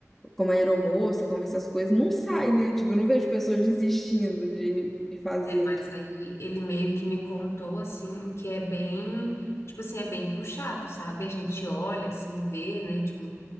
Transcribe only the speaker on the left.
É, mas aí ele meio que me contou, assim, que é bem, tipo assim, é bem puxado, sabe? A gente olha, assim, vê, né? Tipo,